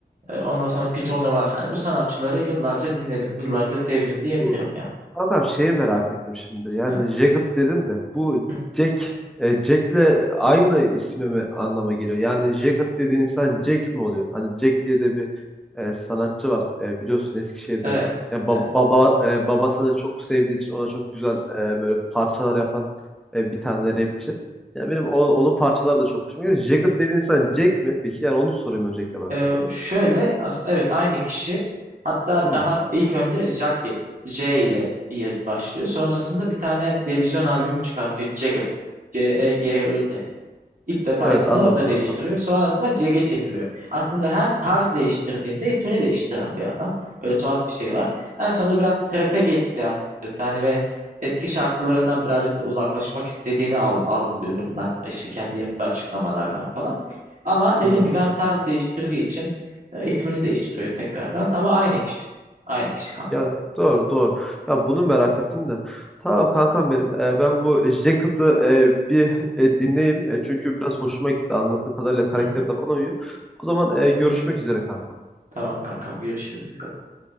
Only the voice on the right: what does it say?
Ee, ondan sonra Python'u var. Hani bu sanatçıları yıllarca dinledim. Yıllarca sevdim diyebilirim
ya.
Heh.
Hı.
Evet.
evet.
Ee, şöyle aslında evet aynı kişi. Hatta
daha ilk önce Jagged J ile diye başlıyor. Sonrasında bir tane delüzyon albümü çıkartıyor. Jagged. C-E-G-I-D. İlk defa
ismini
orada
değiştiriyor. Sonrasında CG çeviriyor. Aslında her tarz değiştirdiğinde ismini değiştiren bir adam. Öyle tuhaf bir şey var. En sonunda biraz trap'e geçti açıkçası. Hani ve eski şarkılarından birazcık da uzaklaşmak istediğini al- algılıyorum ben. İşte kendi yaptığı açıklamalardan falan. Ama dediğim
gibi hem
tarz değiştirdiği için e, ismini değiştiriyor tekrardan. Ama aynı kişi. Aynı kişi kanka.
<laughs>
Tamam kankam görüşürüz. Dikkat et.